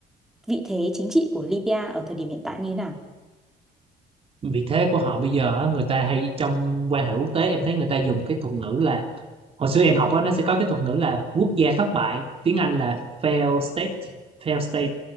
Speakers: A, in the centre; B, on the right.
A: vị thế chính trị của Libya ở thời điểm hiện tại như thế nào
B: vị thế của họ bây giờ á, người ta hay trong quan hệ quốc tế em thấy người ta dùng cái thuật ngữ là hồi xưa em học á nó sẽ có cái thuật ngữ là quốc gia thất bại tiếng Anh là failed state failed state